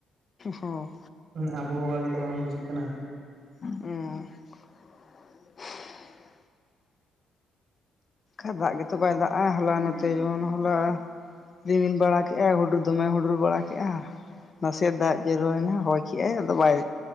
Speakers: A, on the left; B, on the right.
A: ᱦᱚᱸ
B: ᱦᱮᱸ ᱟᱵᱚᱦᱟᱣᱟ ᱜᱮᱛᱚ ᱵᱟᱝ ᱵᱩᱡᱩᱜ ᱠᱟᱱᱟ᱾
A: ᱚ ᱮᱡ ᱫᱟᱜ ᱜᱮᱛᱚ ᱵᱟᱭ ᱫᱟᱜᱼᱟ ᱦᱚᱞᱟ ᱱᱚᱛᱮ ᱡᱮᱢᱚᱱ ᱦᱚᱞᱟ ᱨᱤᱢᱤᱞ ᱵᱟᱲᱟ ᱠᱮᱫᱼᱟᱭ ᱦᱩᱰᱩᱨ ᱫᱚᱢᱮ ᱦᱩᱰᱩᱨ ᱵᱟᱲᱟ ᱠᱮᱫᱼᱟ ᱟᱨ ᱱᱟᱥᱮᱭᱟᱜ ᱫᱟᱜ ᱡᱚᱨᱚᱭᱱᱟ ᱦᱚᱭ ᱠᱮᱜᱟᱭ ᱟᱫᱚ ᱵᱟᱭ